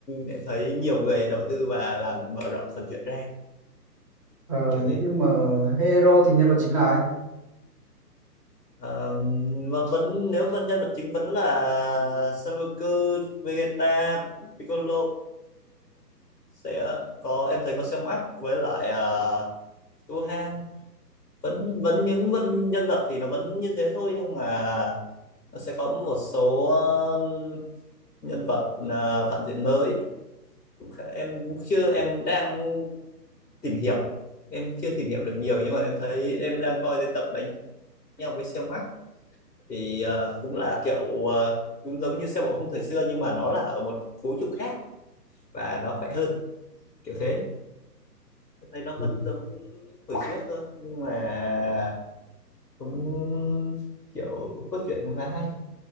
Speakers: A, on the left; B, on the right.
A: em thấy nhiều người đầu tư và làm mở rộng phần chuyện ra
B: ờ,
A: kiểu thế
B: nhưng mà Hero thì nhân vật chính là ai?
A: Ờ, mà vẫn nếu vẫn nhân vật chính vẫn là Son Goku, Vegeta, Piccolo sẽ có em thấy có Cell Max với lại uh, Gohan vẫn vẫn những vân, nhân vật thì nó vẫn như thế thôi nhưng mà nó sẽ có một số ờ, nhân vật ờ, phản diện mới Cũng khá- em cũng chưa em đang tìm hiểu em chưa tìm hiểu được nhiều nhưng mà em thấy em đang coi tới tập đánh nhau với Cell Max thì ờ, cũng là kiểu ờ, cũng giống như xe bộ khung thời xưa nhưng mà nó là ở một vũ trụ khác và nó khỏe hơn kiểu thế Tôi thấy nó
B: Ừ.
A: vẫn giống thời trước thôi nhưng mà cũng kiểu cốt truyện cũng khá hay